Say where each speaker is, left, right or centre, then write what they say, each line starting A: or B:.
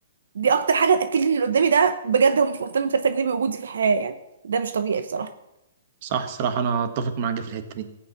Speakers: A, on the right; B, on the right.
A: دي اكتر حاجه تاكد لي ان اللي قدامي ده بجد هو مش مهتم بثلاثة جنيه بوجودي في الحياه يعني ده مش طبيعي بصراحه
B: صح الصراحه انا اتفق معاك في الحته دي